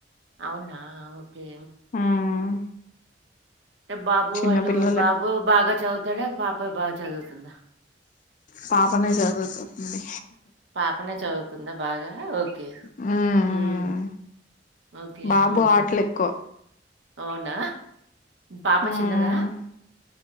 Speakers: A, on the right (about 75°); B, on the left (about 45°).
A: అవునా! ఓకే.
B: హ్మ్
A: అంటే బాబు
B: చిన్న
A: వాళ్ళు
B: పిల్లలే.
A: బాబు బాగా చదువుతాడా? పాప బాగా చదువుతుందా?
B: పాపనే చదువుతుంది.
A: పాపనే చదువుతుందా! బాగా ఒ ఇయ్
B: మ్మ్
A: ఉమ్ ఓకే
B: బాబు
A: ఊహం.
B: ఆటలు ఎక్కువ
A: అవునా! పాప
B: మ్మ్
A: చిన్నదా?